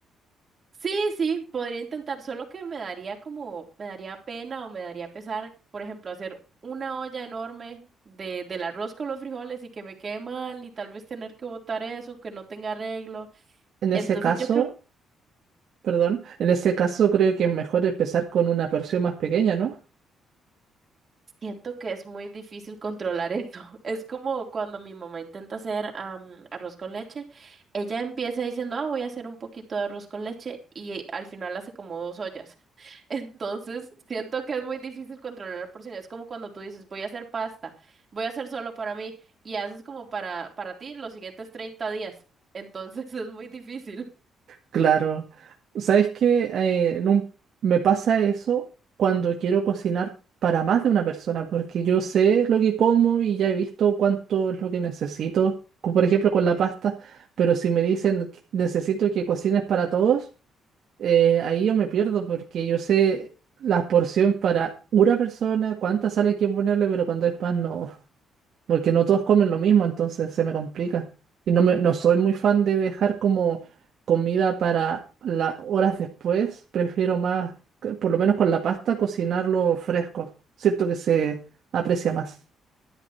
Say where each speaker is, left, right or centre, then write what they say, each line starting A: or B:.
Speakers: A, on the right; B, on the right.
A: Sí, sí, podría intentar, solo que me daría como, me daría pena o me daría pesar, por ejemplo, hacer una olla enorme de, del arroz con los frijoles y que me quede mal y tal vez tener que botar eso, que no tenga arreglo.
B: En ese
A: Entonces
B: caso,
A: yo creo,
B: perdón, en ese caso creo que es mejor empezar con una porción más pequeña, ¿no?
A: siento que es muy difícil controlar eso. <laughs> Es como cuando mi mamá intenta hacer am, arroz con leche, ella empieza diciendo, ah, voy a hacer un poquito de arroz con leche y al final hace como dos ollas. Entonces, siento que es muy difícil controlar la porción. Es como cuando tú dices, voy a hacer pasta, voy a hacer solo para mí, y haces como para, para ti los siguientes 30 días. Entonces, <laughs> es muy difícil.
B: Claro, ¿sabes qué? Eh, en un- me pasa eso cuando quiero cocinar para más de una persona, porque yo sé lo que como y ya he visto cuánto es lo que necesito, como por ejemplo con la pasta, pero si me dicen que necesito que cocines para todos, eh, ahí yo me pierdo porque yo sé la porción para una persona, cuánta sal hay que ponerle, pero cuando es más no porque no todos comen lo mismo, entonces se me complica. Y no me, no soy muy fan de dejar como comida para las horas después, prefiero más, que por lo menos con la pasta, cocinarlo fresco. Siento que se aprecia más.